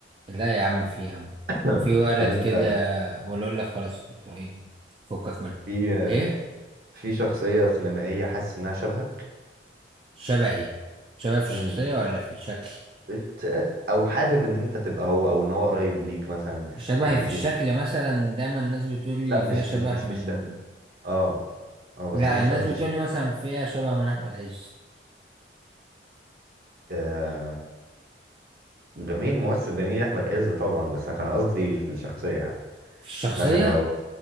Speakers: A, on the right; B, on the right.
A: لا يا عم في يا عم
B: <laughs>
A: في
B: ماشي
A: ولد
B: طب انت
A: كده بقول اقول لك خلاص ايه، فكك منه
B: في
A: ايه
B: في شخصيه سينمائيه حاسس انها شبهك
A: شبهي شبه في الشخصية
B: امم
A: ولا في الشكل
B: بت... او حابب ان انت تبقى هو او ان هو قريب ليك مثلا
A: شبهي
B: كوميدي
A: في الشكل مثلا دايما الناس بتقول لي
B: لا مش
A: فيها شبه
B: مش مش
A: من
B: في الشارع اه اه بس
A: لا
B: انا مش
A: الناس
B: قصدي
A: بتقول لي مثلا فيها شبه من احمد عز
B: آه جميل ممثل جميل احمد عز طبعا بس انا قصدي في الشخصيه يعني
A: في الشخصيه
B: مثلا لو